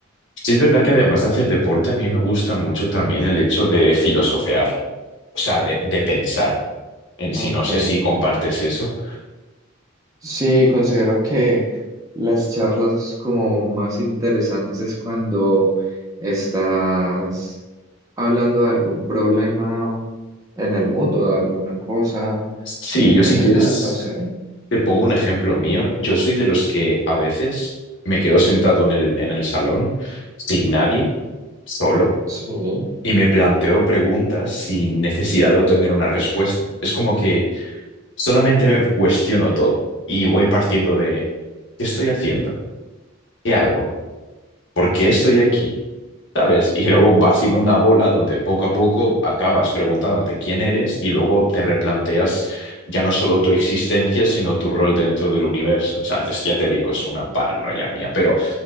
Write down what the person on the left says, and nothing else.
Sí es verdad que además de hacer deporte, a mí me gusta mucho también el hecho de filosofear. o sea, de, de pensar en sí.
No sé si compartes eso.
Sí,
yo
si quieres
te pongo un ejemplo mío. Yo soy de los que a veces me quedo sentado en el, en el salón sin nadie, solo,
y me planteo preguntas sin necesidad de obtener una respuesta. Es como que solamente me cuestiono todo y voy partiendo de, ¿qué estoy haciendo? ¿Qué hago? ¿Por qué estoy aquí? ¿sabes? Y luego va siendo una bola donde poco a poco acabas preguntándote quién eres y luego te replanteas ya no solo tu existencia, sino tu rol dentro del universo. O sea, es- ya te digo, es una paranoia mía, pero